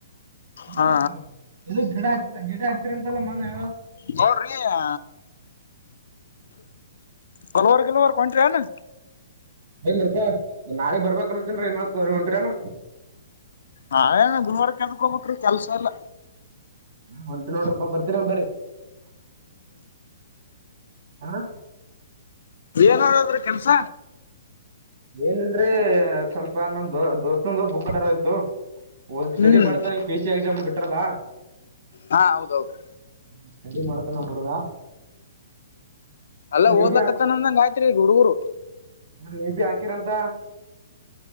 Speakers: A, on the right; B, on the left.
A: ಇ
B: ಹಾ
A: ಇದು ಗಿಡ ಹ ಗಿಡ ಅಂತೆಲ್ಲ ಮನ್ನೆ
B: ನೋಡ್ರಿ ಹಾ ಕಲ್ವರ್ ಗಲ್ವರ್ ಕೊಂಟನು
A: ಏನ್ರೀಪಾ ನಾಳಗ್ ಬರ್ಬೇಕಲ್ತ್ತೇನ್ರೀ ಇನ್ತ್ದೆನ ನೀವ ಹೊಂಟ್ರಿನು
B: ಹೇ ಗುಲಬರಕ್ಕ ಎದಕ್ಕ ಹೋಗಬೇಕ್ರಿ ಕೆಲ್ಸ ಎಲ್ಲ
A: ಹೊಂಟಿ ನೋಡ್ರಪ್ಪಾ ಬರ್ತೀರ ಒ ಬ್ರ <inaudible> ಹ
B: ಏನದ್ರ ಕೆಲ್ಸ
A: ಏನಲ್ರೀ ಸ್ವಲ್ಪ ನಮ್ದ ದೋಸ್ತಂದು ಬುಕ್ ತರ ಆಯ್ತು ಹಓದ್ ಸ್ಟಡಿ
B: ಹ್ಮ್
A: ಮಾಡ್ತಾನೆ ಪಿ ಸಿ ಎಕ್ಸಾಮ್ ಬಿಟ್ರಲ್ಲಾ
B: ಹಾ ಹೌದೌದು
A: ಹ್ಮ ರೆಡಿ ಮಾಡತ ನ ಹುಡುಗ
B: ಅಲ್ಲಾ
A: ನೀವು
B: ಓದಲಕ್ಕತ್ತ ಅಂದಂಗ ಆಯ್ತ್ರಿ ಹುಡುಗರು
A: ಹ ನೀ ಬಿ ಹಾಕಿರಂತ